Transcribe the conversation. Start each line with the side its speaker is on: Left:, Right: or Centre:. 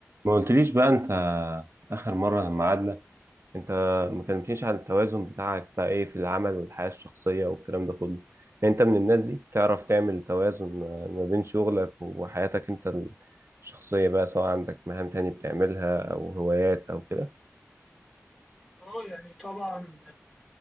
Right: ما قلتليش بقى انت اخر مره لما قعدنا انت ما كلمتنيش عن التوازن بتاعك بقى ايه في العمل والحياه الشخصيه والكلام ده كله يعني انت من الناس دي بتعرف تعمل توازن ما ما بين شغلك وحياتك انت الشخصيه بقى سواء عندك مهام تانية بتعملها او هوايات او كده
Centre: اه يعني طبعا